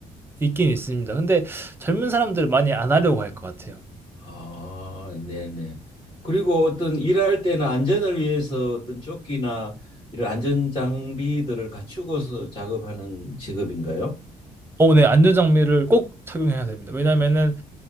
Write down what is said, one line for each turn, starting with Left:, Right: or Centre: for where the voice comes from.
Right: 있긴 있습니다. 근데 젊은 사람들 많이 안 하려고 할 것 같아요.
Left: 아, 네네. 그리고 어떤 일할 때는 안전을 위해서 어떤 조끼나 이런 안전 장비들을 갖추고서 작업하는 직업인가요?
Right: 어, 네, 안전장비를 꼭 착용해야 됩니다. 왜냐면은,